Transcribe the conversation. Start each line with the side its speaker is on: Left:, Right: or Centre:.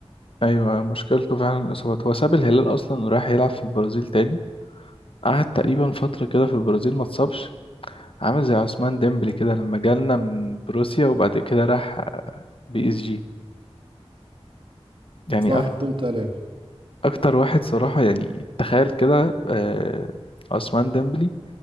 Left: أيوة مشكلته فعلا الإصابات هو ساب الهلال أصلا وراح يلعب في البرازيل تاني قعد تقريبا فترة كده في البرازيل ما اتصابش عامل زي عثمان ديمبلي كده لما جالنا من بروسيا وبعد كده راح بي اس جي يعني
Right: صح
Left: أكتر
Right: فهمت عليك
Left: أكتر واحد صراحة يعني تخيل كده آه، عثمان ديمبلي